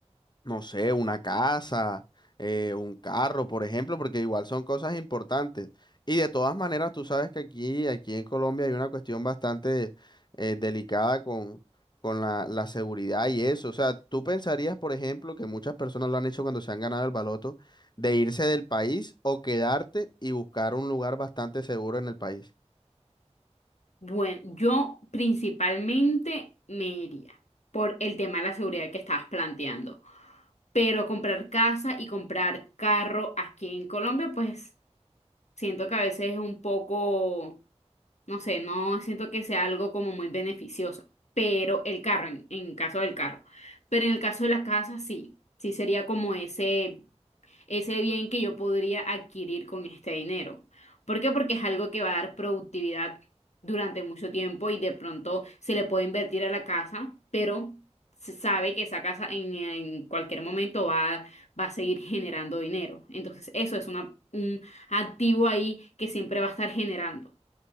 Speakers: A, on the left (about 40°); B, on the left (about 75°).
A: no sé, una casa, eh, un carro, por ejemplo, porque igual son cosas importantes. Y de todas maneras, tú sabes que aquí, aquí en Colombia hay una cuestión bastante eh, delicada con, con la, la seguridad y eso. O sea, tú pensarías, por ejemplo, que muchas personas lo han hecho cuando se han ganado el baloto, de irse del país o quedarte y buscar un lugar bastante seguro en el país.
B: Bueno, yo principalmente me iría por el tema de la seguridad que estabas planteando. Pero comprar casa y comprar carro aquí en Colombia, pues siento que a veces es un poco, no sé, no siento que sea algo como muy beneficioso, pero el carro, en, en caso del carro, pero en el caso de la casa sí, sí sería como ese ese bien que yo podría adquirir con este dinero. ¿Por qué? Porque es algo que va a dar productividad durante mucho tiempo y de pronto se le puede invertir a la casa, pero se sabe que esa casa en, en cualquier momento va, va a seguir generando dinero. Entonces, eso es una, un activo ahí que siempre va a estar generando.